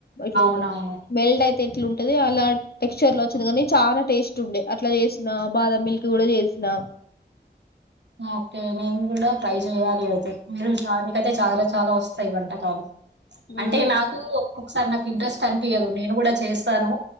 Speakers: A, on the left (about 60°); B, on the right (about 75°).
A: ఇట్లా
B: అవునవును
A: ఉండి మెల్ట్ అయి తెట్లు ఉంటది అలా టెక్స్చర్ లో వచ్చింది కానీ చాలా టేస్ట్ ఉండే అట్లా చేసిన బాదం మిల్క్ కూడా చేసిన
B: ఓకే నేను కూడా ట్రై చెయ్యాలి అయితే మీరు చా మీక అయితే చాలా చాలా వస్తాయి వంటకాలు.
A: హ్మ్
B: అంటే నాకు ఒకసారి నాకు ఇంట్రెస్ట్ అనిపియదు నేను కూడా చేస్తాను